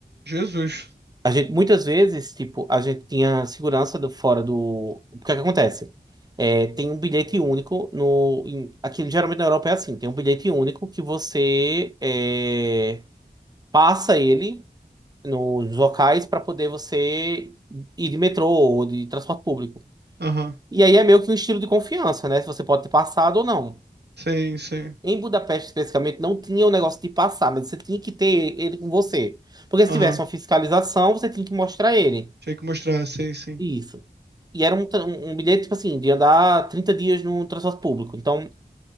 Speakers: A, on the right; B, on the right.
A: Jesus.
B: A gente, muitas vezes, tipo, a gente tinha segurança do, fora do. O que é que acontece? É, tem um bilhete único no. Em, aqui geralmente na Europa é assim, tem um bilhete único que você é, passa ele nos locais para poder você ir de metrô ou de transporte público.
A: Aham.
B: E aí é meio que um estilo de confiança, né? Se você pode ter passado ou não.
A: Sim, sim.
B: Em Budapeste, especificamente, não tinha o negócio de passar, mas você tinha que ter ele com você. Porque
A: Aham.
B: se tivesse uma fiscalização, você tinha que mostrar ele.
A: Tinha que mostrar, sim, sim.
B: Isso. E era um, tra- um bilhete, tipo assim, de andar 30 dias no transporte público. Então,